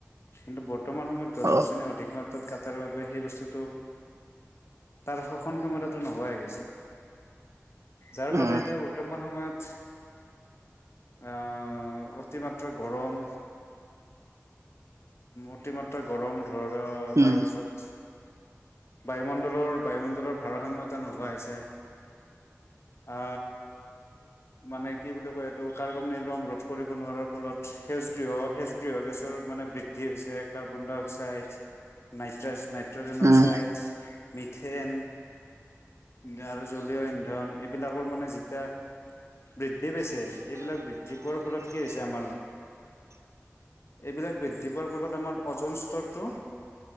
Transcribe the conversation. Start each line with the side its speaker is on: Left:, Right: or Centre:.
Left: কিন্তু বৰ্তমান সময়ত গছ,
Right: অ
Left: গছনি অধিক মাত্ হাতত কাটাৰ বাবে সেই বস্তুটো, তাৰ শোষণ ক্ষমতাটো নোহোৱা হৈ গৈছে। যাৰ
Right: উম
Left: ফলত এতিয়া বৰ্তমান সময়ত আঁহ অতিমাত্ৰ গৰম অতিমাত্ৰ গৰম ধৰৰ
Right: উম
Left: তাৰপিছত বায়ুমণ্ডলৰ বায়ুমণ্ডলৰ ভাৰসাম্যতা নোহোৱা হৈছে। অ মানে কি বুলি কয়, এইটো কাৰ্গম নিৰ্গম ৰোধ কৰিব নোৱাৰাৰ ফলত সেজগৃহ, সেচগৃহ গেছৰ মানে বৃদ্ধি হৈছে, কাৰ্বন ডাই অক্স ক্সাইড, নাইটাৰ্চ নাইনাইট্ৰজেন
Right: উম
Left: অক্সাইড, মিথেন <inaudible> ধন এইবিলাকৰ মানে যিতিয়া বৃদ্ধি পাইছে, এইবিলাক বৃদ্ধি পোৱাৰ ফলত কি হৈছে আমাৰ। এইবিলাক বৃদ্ধি পোৱাৰ ফলত আমাৰ ওজন স্তৰটো